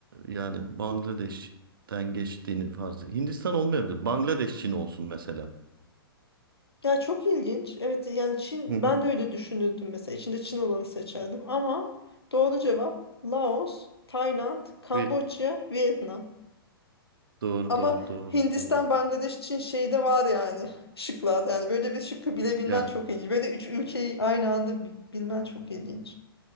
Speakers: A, on the right (about 65°); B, on the left (about 85°).
A: yani Bangladeş'ten geçtiğini farz et. Hindistan olmayabilir. Bangladeş Çin olsun mesela.
B: Ya çok ilginç. Evet yani Çin
A: Hı hı.
B: ben de öyle düşünürdüm mesela içinde Çin olanı seçerdim ama doğru cevap Laos, Tayland, Kamboçya,
A: Bir
B: Vietnam.
A: doğru
B: Ama
A: doğru doğru
B: Hindistan,
A: doğru.
B: Bangladeş, Çin şeyde var yani <laughs> şıklarda yani böyle bir şıkkı bilebilmen
A: Ya
B: çok ilginç. Böyle üç ülkeyi aynı anda bi- bilmen çok ilginç.